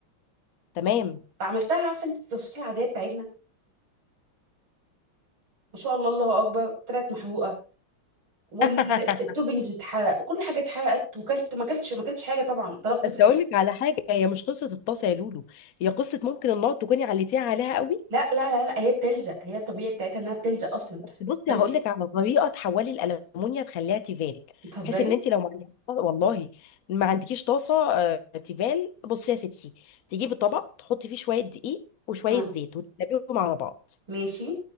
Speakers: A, on the left; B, on the right.
A: تمام
B: فعملتها عارفه انت التفاصيل العاديه بتاعتنا ما شاء الله الله اكبر طلعت محروقه والتوبنجز
A: <laughs>
B: اتحرق كل حاجه اتحرقت وكلت ما كلتش ما كلتش حاجه طبعا طلبت
A: بس
B: في الاخر
A: اقول لك على حاجة هي مش قصة الطاسة يا لولو هي قصة ممكن النار تكوني عليتيها عليها قوي
B: لا لا لا, لا هي بتلزق هي الطبيعي بتاعتها انها بتلزق اصلا
A: بصي
B: فانت
A: هقول لك على طريقه تحولي الالومنيا تخليها تيفال
B: بتهزري
A: بحيث ان انت لو ما عندكيش والله ما عندكيش طاسه آه، تيفال بصي يا ستي تجيبي طبق تحطي فيه شويه دقيق وشويه
B: ها
A: زيت وتقلبيهم على بعض
B: ماشي